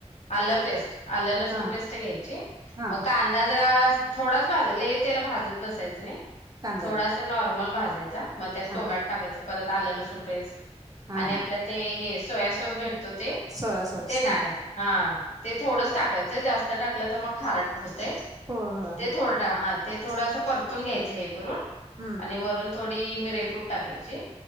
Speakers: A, on the left; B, on the right.
A: आल्ल पेस्ट, आल्ल-लसूण
B: हा
A: पेस्ट घ्यायची.
B: हा
A: तेला, जरा थोडाच भाज, लई त्येला भाजत बसायचं नाही.
B: कांद्याला
A: थोडासा नॉर्मल भाजायचा, मग त्यात
B: हा
A: टोमॅट टाकायच परत आलं लसूण पेस्ट
B: हा
A: आणि आपल्या ते हे सोया सॉस भेटतो ते,
B: सोया सॉस
A: ते
B: हा
A: टाकायचा, हा. ते थोडच टाकायचं, जास्त टाकलं तर मग खारट होतय,
B: हो हो
A: ते
B: हो
A: थोडं हा, ते थोडं असं परतून घ्यायचं हे करून.
B: हम्म
A: आणि वरून थोडी मिरेपूड टाकायची.